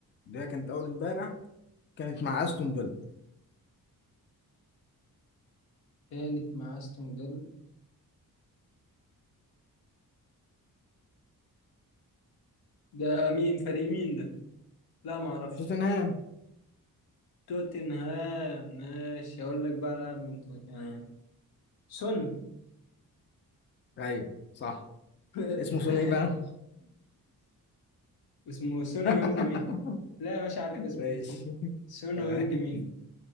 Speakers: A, on the left (about 30°); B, on the left (about 85°).
A: اللي هي كانت أول امبارح كانت مع أستون فيلا
B: كانت مع أستون فيلا ده مين فريق مين ده؟ لا ما اعرفش
A: توتنهام
B: توتنهام ماشي اقول لك بقى لاعب من توتنهام سون
A: أيوه صح
B: <laughs>
A: اسمه
B: ماشي.
A: سون إيه بقى؟
B: اسمه سون
A: <laughs>
B: هيونج مي لا يا باشا عارف اسمه
A: ماشي
B: سون
A: تمام
B: هيونج مي